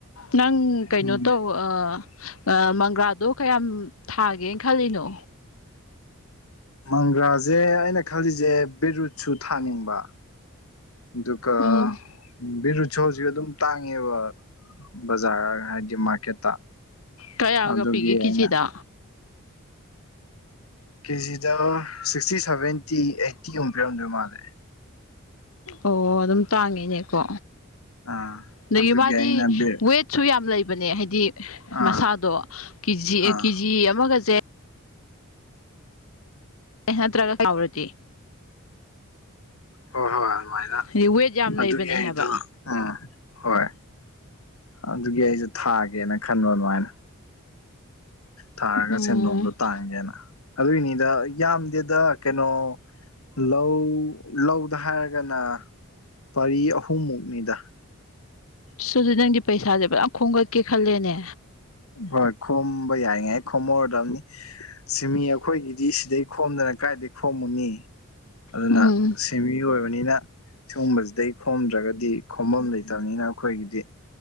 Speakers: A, on the left (about 75°); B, on the left (about 90°).
A: ꯅꯪ ꯀꯩꯅꯣ
B: ꯎꯝ
A: ꯇꯧꯕ ꯑ ꯃꯪꯒ꯭ꯔꯥꯗꯣ ꯀꯌꯥꯝ ꯊꯥꯒꯦꯅ ꯈꯜꯂꯤꯅꯣ
B: ꯃꯪꯒ꯭ꯔꯥꯖ‌ꯦ ꯑꯩꯅ ꯈꯜꯂꯤꯖ‌ꯦ ꯕꯤꯠꯔꯨꯠꯁꯨ ꯊꯥꯅꯤꯡꯕ ꯑꯗꯨꯒ
A: ꯎꯝ
B: ꯕꯤꯔꯨꯠ ꯁꯨ ꯑꯗꯨꯝ ꯇꯥꯡꯉꯦꯕ ꯕꯖꯥꯔ ꯍꯥꯏꯗꯤ ꯃꯥꯔꯀꯦꯠꯇ
A: ꯀꯌꯥꯒ
B: ꯑꯗꯨꯒꯤ
A: ꯄꯤꯒꯦ ꯀꯦꯖꯤꯗ
B: ꯑꯩꯅ ꯀꯦꯖꯤꯗ ꯁꯤꯛꯁꯇꯤ ꯁꯕꯦꯟꯇꯤ ꯑꯩꯠꯇꯤ ꯃꯨꯛ ꯄꯤꯔꯝꯗꯣꯏ ꯃꯥꯜꯂꯦ
A: ꯑꯣ ꯑꯗꯨꯝ ꯇꯥꯡꯉꯦꯅꯦꯀꯣ
B: ꯑꯥ
A: ꯑꯗꯒꯤ
B: ꯑꯗꯨꯒꯤ
A: ꯃꯥꯗꯤ
B: ꯑꯩꯅ ꯕꯤꯠ
A: ꯋꯦꯠ ꯁꯨ ꯌꯥꯝ ꯂꯩꯕꯅꯦ ꯍꯥꯏꯗꯤ
B: ꯑꯥ
A: ꯃꯁꯥꯗꯣ ꯀꯤꯖꯤ
B: ꯑꯥ
A: ꯀꯦꯖꯤ ꯑꯃꯒꯁꯦ ꯑꯦ ꯅꯠꯇ꯭ꯔꯒ <inaudible> ꯆꯥꯎꯔꯗꯤ
B: ꯍꯣꯏ ꯍꯣꯏ ꯑꯗꯨꯃꯥꯏꯅ
A: ꯍꯥꯏꯗꯤ ꯋꯦꯠ ꯌꯥꯝ ꯂꯩꯕꯅꯦ
B: ꯑꯗꯨꯒꯤ ꯑꯩꯗꯣ
A: ꯍꯥꯏꯕ
B: ꯑ ꯍꯣꯏ ꯑꯗꯨꯒꯤ ꯑꯩꯖꯨ ꯊꯥꯒꯦꯅ ꯈꯟꯕ ꯑꯗꯨꯃꯥꯏꯅ ꯊꯥꯔꯒ
A: ꯎꯝ
B: ꯁꯦꯟꯗꯣꯡꯗꯣ ꯇꯥꯟꯒꯦꯅ ꯑꯗꯨꯏꯅꯤꯗ ꯌꯥꯝꯗꯦꯗ ꯀꯩꯅꯣ ꯂꯧ ꯂꯧꯗ ꯍꯥꯏꯔꯒꯅ ꯄꯔꯤ ꯑꯍꯨꯝꯃꯨꯛꯅꯤꯗ
A: ꯁꯨꯗꯤ ꯅꯪꯗꯤ ꯄꯩꯁꯥꯁꯦ ꯐꯖꯅ ꯈꯣꯝꯒꯠꯀꯦ ꯈꯜꯂꯦꯅꯦ
B: ꯍꯣꯏ ꯈꯣꯝꯕ ꯌꯥꯏꯉꯥꯏ ꯈꯣꯝꯍꯧꯔꯗꯝꯅꯤ ꯁꯤꯃꯤ ꯑꯩꯈꯣꯏꯒꯤꯗꯤ ꯁꯤꯗꯩ ꯈꯣꯝꯗꯅ ꯀꯥꯏꯗꯩ ꯈꯣꯝꯃꯨꯅꯤ ꯑꯗꯨꯅ
A: ꯎꯝ
B: ꯁꯤꯃꯤ ꯑꯣꯏꯕꯅꯤꯅ ꯁꯤꯒꯨꯝꯕꯁꯤꯗꯩ ꯈꯣꯝꯗ꯭ꯔꯒꯗꯤ ꯈꯣꯕꯝ ꯂꯩꯇꯕꯅꯤꯅ ꯑꯩꯈꯣꯏꯒꯤꯗꯤ